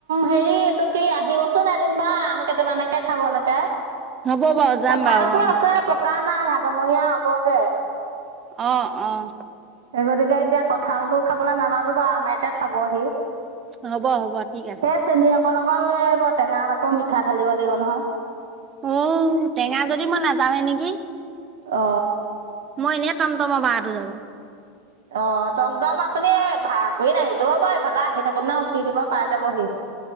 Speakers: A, on the right; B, on the right.
A: হেৰি। এইটো কি আহিবচোন এদিন বা কেইটামানকে খাবলোকে।
B: হ'ব বাৰু যাম
A: কঠালতটো
B: বাৰু অ
A: আছে পকা নাই ভাদমহীয়া হ'বগে।
B: অ', অ'
A: সেই গতিকে এতিয়া কঁঠালটো খাবলৈ নামাটো বাৰ, আমেকে খাবহি।
B: হ'ব, হ'ব, ঠিক আছে।
A: সেই চেনি অকণ অকণ লৈ আহিব টেঙাত আকৌ মিঠা ঢালিব লাগিব নহয়
B: উ টেঙা যদি মই নাযাাৱে নেকি
A: অ
B: মই এনে তাম তোমাৰ ভাাটো যাব
A: অ তম দটম আপুনি ভাড়া কৰি নাহিলো হ বাৰ ইফালে আহি থাকো ন উঠি দিব পাই যাবহি